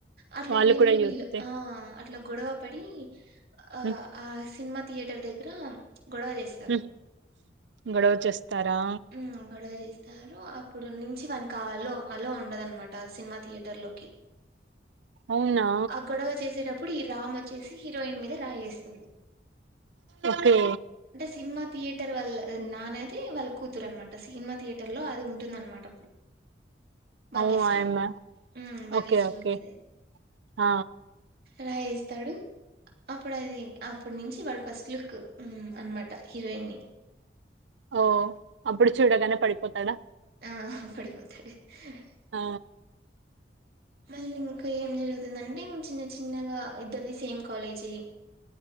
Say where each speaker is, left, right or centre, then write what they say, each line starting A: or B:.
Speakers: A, on the right; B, on the right.
A: అట్ల
B: వాళ్ళు
A: వీళ్ళు
B: కూడా
A: వీళ్ళు
B: యూతే
A: ఆ అట్ల గొడవ పడి ఆ
B: మ్మ్
A: ఆ సినిమా థియేటర్ దగ్గర గొడవ చేస్తారు
B: మ్మ్ గొడవ చేస్తారా
A: హు గొడవ చేస్ తారు ఆ అప్పుడు నుంచి వానికి అల్లో అల్లో ఉండదన్న మాట సినిమా థియేటర్ లోకి
B: అవునా
A: అ గడవ చేసే టప్ అప్పుడు ఈ రామ్ వచ్చేసి హీరోయిన్ మీద రాయి ఏస్తాడు
B: ఓకే
A: సినిమా థియేటర్ వాళ్ళ నాన్నది వాళ్ళు కూతురు అన్నమాట సినిమా థియేటర్ లో అది ఉన్ టుందన్నమాట భాగ్యశ్రీ
B: అవు ఆయమ్మ
A: యూ భాగ్యశ్రీ
B: ఓకే ఓకే
A: ముంజరే
B: ఆ
A: రాయి ఏస్తాడు అప్పుడు అది అప్పుటి నుంచి వాడు ఫస్ట్ లుక్ యూ అన్నమాట హీరోయిన్ ని
B: ఓ అప్పుడు చూడగానే పడిపోతాడా
A: హా పడిపోతాడు అ
B: ఆ
A: మళ్లీ ఇంకా ఏం జరుగుతుందంటే ఇన్ చిన్న చిన్నగా ఇద్దరిదీ సేమ్ కాలేజ్ ఏ